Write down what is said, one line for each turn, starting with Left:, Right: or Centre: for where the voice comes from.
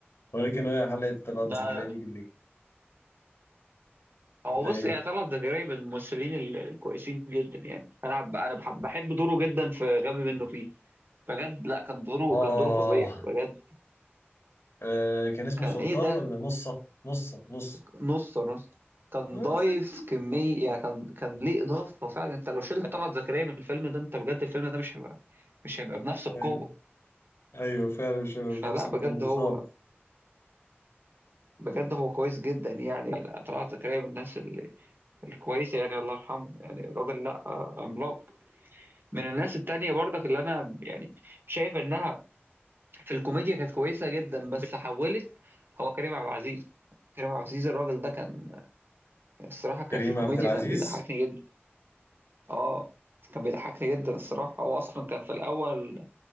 Left: ولكن هي حلقة طلعت
Right: لا
Left: زكريا دي اللي كانت-
Right: هو
Left: ده
Right: بص
Left: ايه
Right: هي طلعت زكريا من الممثلين ال- الكويسين جدا يعني انا بحب- انا بحب بحب دوره جدا في غبي منه فيه بجد لا كان دوره
Left: آه
Right: كان دوره فظيع بجد
Left: آه كان اسمه
Right: كان
Left: سلطان
Right: ايه ده
Left: ولا نصة نصة نص
Right: نص نص كان
Left: <laughs>
Right: ضايف كمية يعني كان كان ليه إضافة فعلا انت لو شلت طلعت زكريا من الفيلم ده انت بجد الفيلم ده مش هيبقى مش هيبقى بنفس القوة
Left: ايوه ايوه فعلا شباب
Right: فلا
Left: نفس الكوميدي
Right: بجد ايوه
Left: خالص
Right: هو بجد هو كويس جدا يعني لا طلعت زكريا من الناس ال- الكويسة يعني الله يرحمه يعني راجل لا آه، عملاق من الناس التانية برضك اللي أنا يعني شايف إنها في الكوميديا كانت كويسة جدا بس حولت هو كريم عبد العزيز كريم عبد العزيز الراجل ده كان الصراحة كان
Left: كريم
Right: في الكوميديا
Left: عبد العزيز
Right: كان بيضحكني جدا اه كان بيضحكني جدا الصراحة هو أصلا كان في الأول